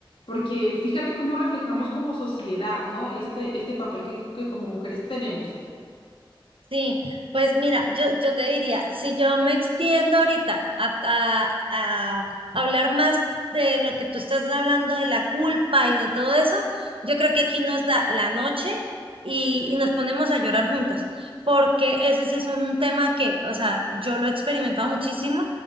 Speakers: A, on the left; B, on the right.
A: Porque fíjate cómo reflejamos como sociedad, ¿no? Este, este papel que que como mujeres tenemos.
B: Sí, pues mira, yo, yo te diría, si yo me extiendo ahorita a, a- a hablar más de lo que tú estás hablando de la culpa y de todo eso, yo creo que aquí nos da la noche y, y nos ponemos a llorar juntas, porque ese sí es un tema que, o sea, yo lo he experimentado muchísimo,